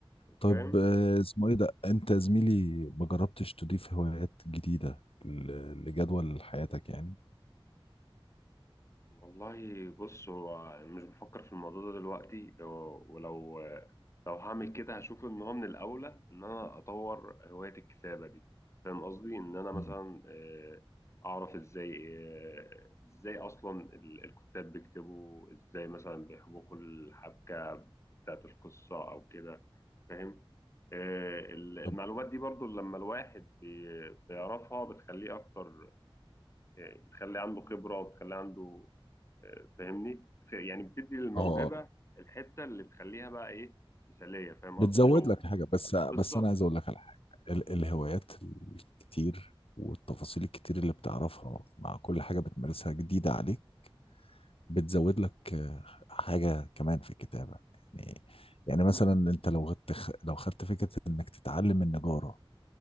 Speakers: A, on the left (about 80°); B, on the left (about 30°).
A: طب
B: فاهم
A: آه، اسمه ايه ده انت زميلي ما جربتش تضيف هوايات جديدة ل- لجدول حياتك يعني
B: والله بص هو مش بفكر في الموضوع ده دلوقتي ولو لو هعمل كده هشوف ان هو من الاولى ان انا اطور هواية الكتابة دي فاهم قصدي ان انا مثلا
A: مم.
B: آه، اعرف ازاي آه، ازاي اصلا ال- الكتاب بيكتبوا ازاي مثلا بيحبكوا الحبكة بتاعت القصة او كده فاهم آه، ال- المعلومات
A: طب
B: دي برضو لما الواحد بي- بيعرفها بتخليه اكتر آه، بتخليه عنده خبرة وبتخليه عنده فاهمني ف- يعني بتدي للموهبه
A: اه آه.
B: الحته اللي تخليها بقى ايه مثاليه فاهم
A: بتزود
B: قصدي او
A: لك حاجه بس بس
B: بالظبط
A: انا عايز اقول لك على حاجه ال- الهوايات الكتير والتفاصيل الكتير اللي بتعرفها مع كل حاجه بتمارسها جديده عليك بتزود لك آه، حاجه كمان في الكتابه يعني يعني مثلا انت لو خدت لو خدت فكره انك تتعلم النجاره